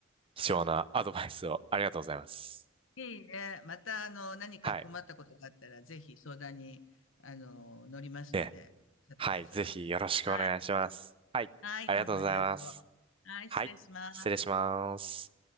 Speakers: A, on the right; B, on the left.
A: 貴重なアドバイスをありがとうございます。
B: いいね。また、あの、何か困ったことがあったら、
A: はい、
B: ぜひ相談に、あの、乗りますので、
A: ええ、
B: おっしゃってください。
A: はい、ぜひよろしくお願いします。
B: はい。
A: はい、
B: はい、
A: ありがとうございます。
B: どうもありがとう。はい、
A: はい、
B: 失礼します。
A: 失礼します。